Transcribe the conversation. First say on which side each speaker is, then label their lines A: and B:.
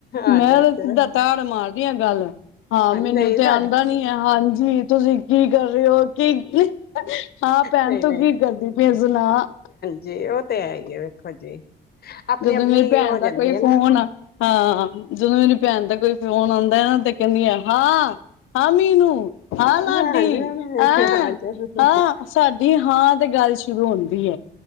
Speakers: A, on the left (about 50°); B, on the left (about 85°).
A: ਅੱਛਾ
B: ਮੈਂ
A: ਅੱਛਾ
B: ਤੇ ਸਿੱਧਾ ਤਾੜ ਮਾਰਦੀ ਆ ਗੱਲ। ਹਾਂ, ਮੈਨੂੰ
A: ਨਹੀਂ
B: ਤੇ
A: ਸਾਡੇ
B: ਆਂਦਾ ਨੀ ਹਾਂਜੀ, ਤੁਸੀਂ ਕੀ ਕਰ ਰਹੇ ਓ ਕੀ-ਕੀ, ਹਾਂ ਭੈਣ
A: ਨਹੀਂ
B: ਤੂੰ ਕੀ ਕਰਦੀ ਪਈਯੇ ਸੁਣਾ
A: ਜੀ ਉਹ ਤੇ ਹੈ ਈ ਐ ਵੇਖੋ ਜੀ। ਆਪਣੀ
B: ਜਦੋਂ
A: ਆਪਣੀ
B: ਮੇਰੀ ਭੈਣ
A: ਹੋ
B: ਦਾ
A: ਜਾਂਦੀ
B: ਕੋਈ
A: ਹੈ
B: ਫੋਨ
A: ਨਾ
B: ਹਾਂ, ਜਦੋਂ ਮੇਰੀ ਭੈਣ ਦਾ ਕੋਈ ਫੋਨ ਆਉਂਦੈ ਨਾ ਤੇ ਕਹਿਣੀ ਆਂ, ਹਾਂ! ਹਾਂ! ਮੀਨੂੰ, ਹਾਂ! ਲਾਡੀ
A: ਆ ਜਾਣਾ
B: ਐਂ,
A: ਆ ਜਾਣਾ
B: ਹਾਂ ਸਾਡੀ ਹਾਂ ਤੇ ਗੱਲ ਹੁੰਦੀ ਐ